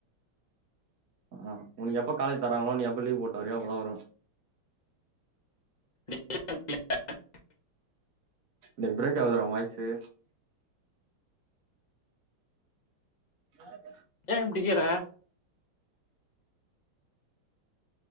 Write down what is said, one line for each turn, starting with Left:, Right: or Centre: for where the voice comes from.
Right: அ உனுக்கு எப்ப காலேஜ் தராங்களோ நீ எப்ப லீவ் போட் வரியோ அப்பதா வருவே
Left: <inaudible>
Right: டேய் ப்ரேக் ஆவ்துடா உ வாய்ஸு <inaudible>
Left: ஏ இப்டிக்கிற